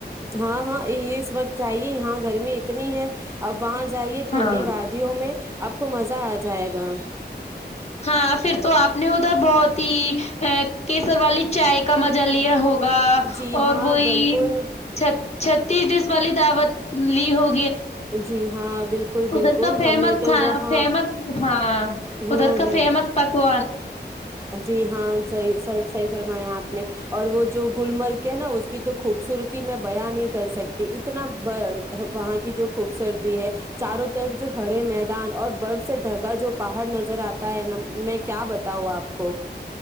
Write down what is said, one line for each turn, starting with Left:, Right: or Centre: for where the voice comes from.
Right: ہاں ہاں یہ اس وقت چاہیے یہاں گرمی اتنی ہے اب وہاں جائیے ٹھنڈی
Left: ہاں۔
Right: وادیوں میں آپ کو مزہ آ جائے گا
Left: ہاں پھر تو آپ نے ادھر بہت ہی ا کیسر والی چائے کا مزہ لیا ہوگا
Right: جی
Left: اور
Right: ہاں
Left: وہی
Right: بالکل
Left: <unintelligible> چھتیس ڈیس والی دعوت لی ہو
Right: جی ہاں بالکل بالکل
Left: ادھر کا فمس
Right: ہم نے تو
Left: ک
Right: وہاں
Left: فمس ہاں
Right: ہوں
Left: ادھر کا
Right: ہوں
Left: فمس پ <inaudible>
Right: جی ہاں <inaudible> صحیح سر صی فرمایا آپ نے اور وہ جو گلمرگ کے نا اس کی تو خوبصورتی میں بیاں نہیں کر سکتی اتنا وہاں کی جو خوبصورتی ہے چاروں طرف جو ہرے میدان اور برف سے ڈھگا جو پہاڑ نظر آتا ہے ن میں کیا بتاؤں آپ کوو <inaudible>